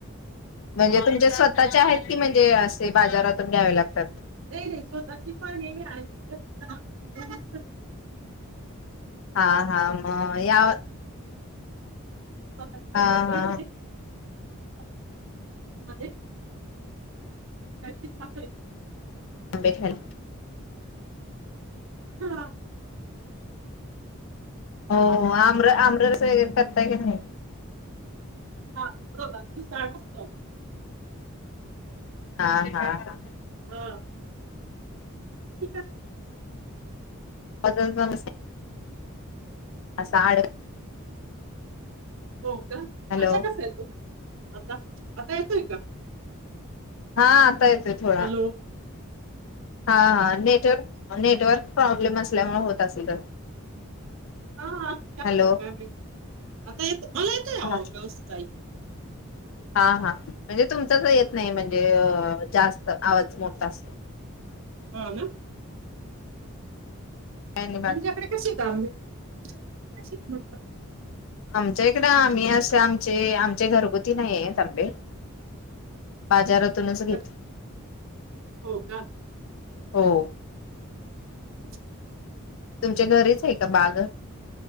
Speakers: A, on the left; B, on the right.
A: म्हणजे तुमचे स्वतःचे आहेत की, म्हणजे असे बाजारातून घ्यावे लागतात
B: नाही नाही स्वतःची पण आहे आणि ह <inaudible>
A: हां हां म या
B: सकाळचे
A: हा
B: थोडे लेट
A: हा
B: आहे अ बरी हाईस त्याची <unintelligible>
A: आंब्याची आहेत.
B: हां
A: हो आम्र आम्र तिकड स करता की नाही
B: हा <unintelligible>
A: हा हा हा
B: हा <unintelligible>
A: <unintelligible> असं अडक
B: हो का
A: हॅलो
B: आता कसा येतो आता आता येतोय का?
A: हा आता येतं ते थोडा
B: हॅलो
A: हा हा नेटवर्क नेटवर्क प्रॉब्लेम असल्यामुळे होत असेल
B: हा असं
A: हॅलो
B: <unintelligible> आता येत हा येतो अहो
A: हा
B: व्यवस्थित ऐकू
A: हा हा म्हणजे तुमचाच येत नाही म्हणजे जास्त आवाज मोठा असत
B: हा ना
A: काय नाही बाकी
B: तुमच्याकडे कसेत आंबे? <unintelligible> कसे ते म्हटलं
A: आमच्या इकडं आम्ही असे आमचे आमचे घरगुती नाही आहेत आंबे बाजारातूनच
B: विकत
A: घेत
B: हो का
A: हो
B: <unintelligible>
A: तुमच्या घरीच हाय का बाग?